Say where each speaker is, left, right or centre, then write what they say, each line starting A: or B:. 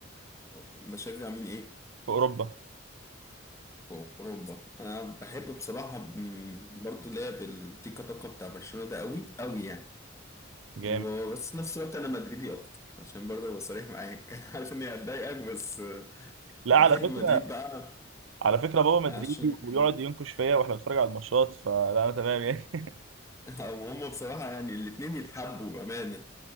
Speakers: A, on the left; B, on the right.
A: بشجع مين ايه
B: في اوروبا
A: في اوروبا انا بحب بصراحه م، برضو لعب التيكا تاكا بتاع برشلونه ده قوي قوي يعني
B: جامد
A: وبس في نفس الوقت انا مدريدي اكتر عشان برضه ابقى صريح معاك <laughs> انا عارف اني هتضايقك بس آه،
B: لا
A: بحب
B: على فكره
A: مدريد بقى
B: على فكره بابا
A: عشان
B: مدريدي ويقعد ينكش فيا واحنا بنتفرج على الماتشات فلا انا تمام يعني <laughs>
A: <laughs> هم بصراحة يعني الاتنين يتحبوا بأمانة